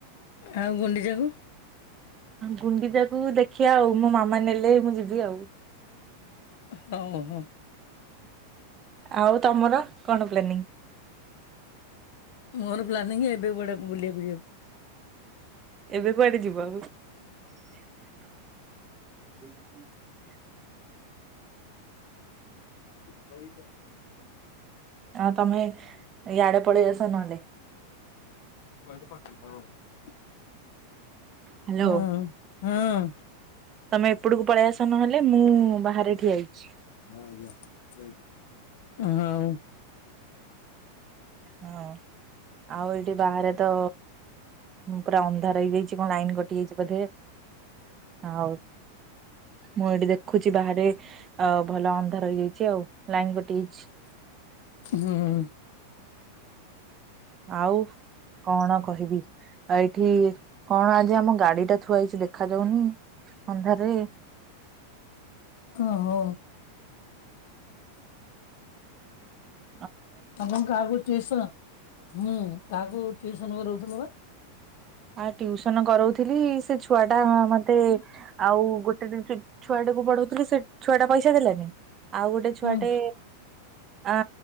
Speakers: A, on the left; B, on the right.
A: ଆଉ ଗୁଣ୍ଡିଚାକୁ
B: ଗୁଣ୍ଡିଚାକୁ ଦେଖିବା ଆଉ ମୋ ମାମା ନେଲେ ମୁଁ ଯିବି ଆଉ
A: ହଁ ହଉ।
B: ଆଉ ତମର କଣ ପ୍ଲାନିଙ୍ଗ?
A: ମୋର ପ୍ଲାନିଙ୍ଗ ଏବେ କୁଆଡେ ଗୋଟେ ବୁଲିବାକୁୁ ଯିବାକୁ।
B: ଏବେ କୁଆଡେ ଯିବ ଆଉ? ସେ <inaudible>
A: ଭରି ଯଏ।
B: ଆ ତମେ ଏଇଆଡେପଳେଇ ଆସ ନହଲେ
A: କହଦ ପ ହଉ <unintelligible>
B: ହ୍ୟାଲୋ
A: ହଁ। ହଁ।
B: ତମେ ଏପଟକୁ ପଳେଇ ଆସ ନହେଲେ ମୁଁ ବାହାରେ ଠିଆ ହେଇଛି।
A: ହଁ ଯା ହଉ
B: ହଁ ଆଉ ଏଇଠି ବାହାରେ ତ ପୁରା ଅନ୍ଧାର ଏଇଯାଛି କଣ ଲାଇନ କଟିଯାଇଛି ବୋଧେ ଆଉ ମୁଁ ଏଇଠି ଦେଖୁଛି ବାହାରେ ଆଉ ଭଲ ମନ୍ଦ ରହିଯାଇଛି ଆଉ ଲାଇନ୍ କାଟି ଯାଇଛି।
A: ହୁଁ
B: ଆଉ କଣ କହିବି? ଆଉ ଏଇଠି କଣ ଆଜି ଆମ ଗାଡି ଟା ଥୁଆ ହେଇଛି ଦେଖ। ଦେଖାଯାଉନି ଅନ୍ଧାରେ
A: ଓ ହୋ।
B: ହ।
A: ଆପଣ କାହାକୁ ଚିଂହିଚ ହଁ କାହାକୁ ଟିଉସନ ରହୁଥିଲୁ ପା
B: ଆ ଟିଉସନ କରାଉଥିଲି ସେ ଛୁଆ ଟା ମତେ ଆଉ ଗୋଟେ ଛୁଆଟାକୁ ପଢଉଥିଲି ସେ ଛୁଆ ଟା ପଇସା ଦେଲାନି। ଆଉ ଗୋଟେ ଛୁଆଟେ
A: ହୁଁ
B: ଆ